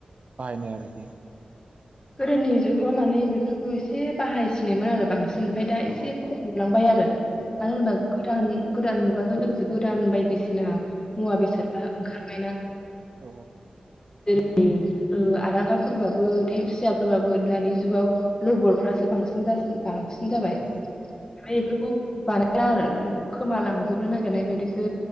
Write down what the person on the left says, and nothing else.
गोदोनि जुगाव माने बेफोरखौ एसे बाहायसिनोमोन आरो बांसिन ओमफाय दा
एसे खम नुलांबाय आरो मानो होनोबा गोदान गोदान मुगाजों लोगोसे गोदान बायदिसिना मुवा बेसादबा ओंखार बायना
जेरै ओ आरांगाफोरबाबो सियाफोरबाबो दानि जुगाव लबरफ्रासो बांसिन गासि बां जाबाय आ
बेफोरखौ बानाय स <unintelligible> खोमा लांजोबनो नागिरनाय बायदि दो